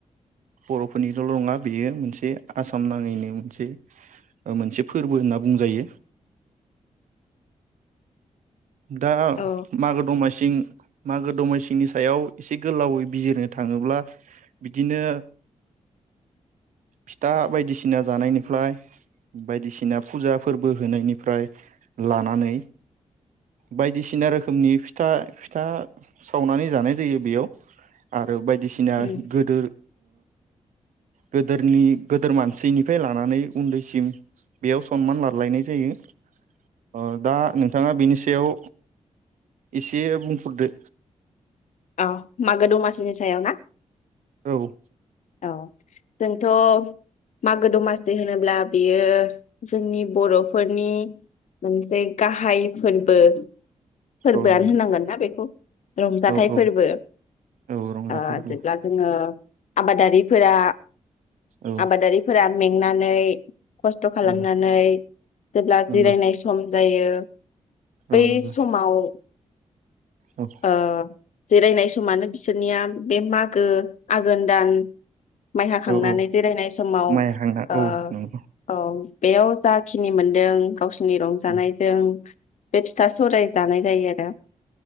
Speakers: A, on the right (about 85°); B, on the left (about 70°).
A: बर' फोरनिल' नङा बेयो मोनसे आसाम नाङैनो मोनसे मोनसे फोरबो होनना बुंजायो दा
B: औ
A: मागो दमासिं मागो दमासिंनि सायाव एसे गोलावै बिजिरनो थाङोब्ला बिदिनो फिथा बायदिसिना जानायनिफ्राय बायदिसिना फुजा फोरबो होनायनिफ्राय लानानै बायदिसिना रोखोमनि फिथा फिथा सावनानै जानाय जायो बेयाव आरो आरो बायदिसिना
B: उम
A: गोदोर गोदोरनि गोदोर मानसिनिफ्राय लानानै उन्दैसिम बेयाव सनमान लालायनाय जायो। दा नोंथाङा बिनि सायाव एसे बुंफोरदो
B: औ मागो दमासिनि सायाव ना
A: औ।
B: ओ जोंथ' मागो दमासि होनोब्ला बेयो जोंनि बर'फोरनि मोनसे गाहाय फोरबो फोरबोआनो
A: औ नंगौ
B: होनांगोनना बेखौ रंजाथाइ
A: औ औ
B: फोरबो
A: औ रंजाथाइ
B: ओ
A: फोरबो
B: जेब्ला जोङो आबादारिफोरा
A: औ
B: आबादारिफोरा मेंनानै खस्थ'
A: औ
B: खालामनानै जेब्ला
A: नंगौ
B: जिरायनाय सम जायो बै
A: औ नंगौ
B: समाव।
A: औ
B: ओ जिरायनाय समानो बिसोरनिया बे मागो आघोन दान माइ हाखांनानै
A: औ औ
B: जिरायनाय समाव
A: माइ हांना
B: ओ
A: औ नंगौ
B: ओ। बेयाव जाखिनि मोनदों गावसोरनि रंजानायजों
A: उम
B: बे फिथा सौराय जानाय जायो आरो। <unintelligible>